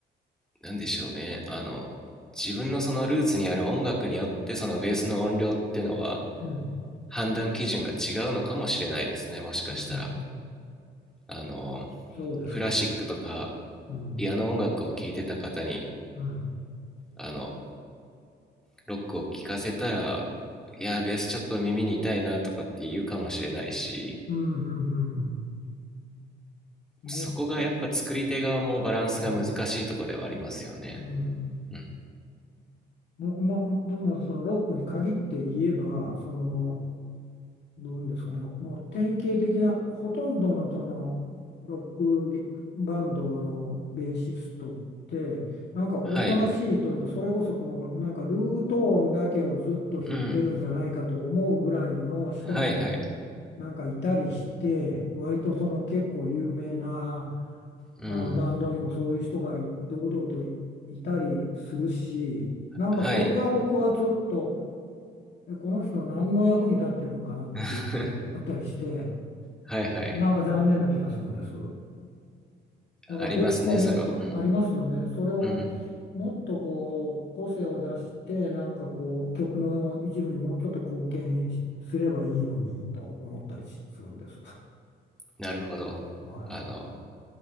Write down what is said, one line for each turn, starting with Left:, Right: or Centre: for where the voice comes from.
Centre: なんでしょうねあの自分のそのルーツにある音楽によってそのベースの音量っていうのは
Left: うん、
Centre: 判断基準が違うのかもしれないですねもしかしたら
Left: うん、
Centre: あの
Left: そうですか。
Centre: クラシックとか
Left: うん、
Centre: ピアノ音楽を聴いてた方に
Left: うん、
Centre: あのロックを聴かせたらいやベースちょっと耳に痛いなとかって言うかもしれないし
Left: うん、うん、うん、うんもう、
Centre: そこがやっぱ作り手側もバランスが難しいところではありますよね
Left: うん、うん。
Centre: うん
Left: 僕も、ままあ、そのロックに限って言えば、その、どういうんですかね、もう典型的な、ほとんどのそのロックギバンドのベーシストって、なんかおとなしいというか、
Centre: はい
Left: それこそもうなんかルート音だけをずっと弾いてるんじゃないかと思うぐらいの人も
Centre: うんはいはい
Left: なんかいたりして、割とその結構有名な
Centre: うん
Left: あのバンドにもそういう人がい堂々といいたりするし、なんかそれが僕はちょっと。
Centre: はい
Left: え、この人何の役に立ってるんかなっていうのがあったりして、
Centre: <laughs> はいはい
Left: なんか残念な気がするんです。だからベースももっとありますよね。
Centre: ありますね、それは。
Left: それを
Centre: うん。うん。
Left: もっとこう個性を出して、なんかこう曲の一部にもうちょっと貢献しすればいいのにと思ったりしするんです。<laughs>
Centre: なるほど。
Left: はい。
Centre: あの、